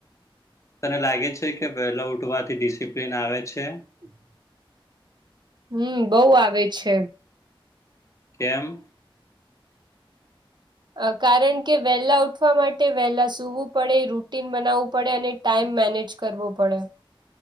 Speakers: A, on the left (about 35°); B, on the right (about 55°).
A: તને લાગે છે કે વહેલો ઉઠવાથી ડિસિપ્લિન આવે છે?
B: <unintelligible> હમ્મ, બઉ આવે છે.
A: કેમ?
B: અ કારણ કે વહેલા ઉઠવા માટે વહેલા સૂવું પડે રૂટીન બનાવવું પડે અને ટાઈમ મેનેજ કરવો પડે.